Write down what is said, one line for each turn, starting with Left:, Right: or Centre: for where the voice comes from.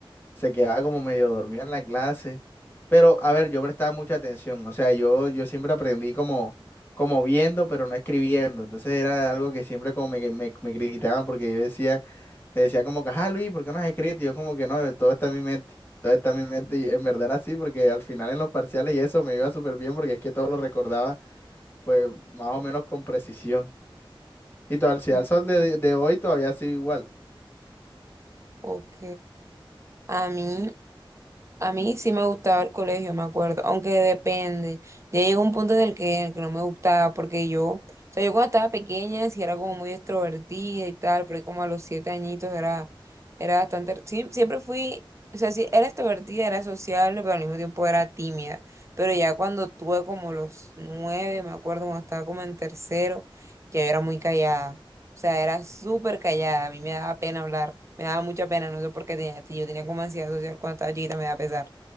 Left: se quedaba como medio dormido en la clase, pero a ver, yo prestaba mucha atención, o sea, yo, yo siempre aprendí como, como viendo, pero no escribiendo, entonces era algo que siempre como me, me, me criticaban porque yo decía me decía como que, ah, Luis, ¿por qué no has escrito? Y yo como que no, todo está en mi mente, todo está en mi mente y en verdad era así, porque al final en los parciales y eso me iba súper bien porque es que todo lo recordaba pues más o menos con precisión. Y todo, si al
Right: Okay,
Left: sol de, de hoy todavía sigo igual.
Right: ok. A mí, a mí sí me gustaba el colegio, me acuerdo, aunque depende. Ya llegó un punto en el que, en el que no me gustaba, porque yo, o sea, yo cuando estaba pequeña sí era como muy extrovertida y tal, pero ahí como a los siete añitos era, era bastante, sí, siempre fui, o sea, sí, era extrovertida, era sociable, pero al mismo tiempo era tímida. Pero ya cuando tuve como los nueve, me acuerdo, cuando estaba como en tercero, ya yo era muy callada. O sea, era súper callada, a mí me daba pena hablar. Me daba mucha pena, no sé por qué tenía, si yo tenía como ansiedad social cuando estaba chiquita, me da pesar.